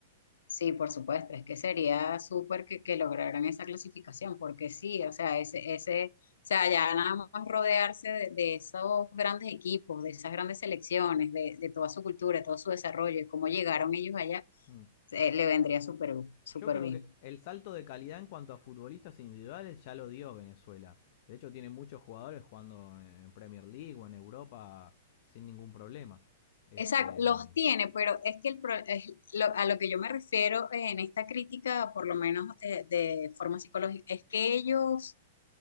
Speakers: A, on the left; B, on the left.
A: Sí, por supuesto, es que sería súper que, que lograran esa clasificación, porque sí, o sea, ese, ese, o sea, ya nada más rodearse de, de esos grandes equipos, de esas grandes selecciones, de, de toda su cultura, de todo su desarrollo y cómo llegaron ellos allá,
B: Mm.
A: eh, le vendría súper, súper
B: Yo creo
A: bien.
B: que el salto de calidad en cuanto a futbolistas individuales ya lo dio Venezuela. De hecho, tiene muchos jugadores jugando en Premier League o en Europa sin ningún problema. Este,
A: Exacto, los tiene, pero es que el, pro- es lo- a lo que yo me refiero en esta crítica, por lo menos eh, de forma psicológica, es que ellos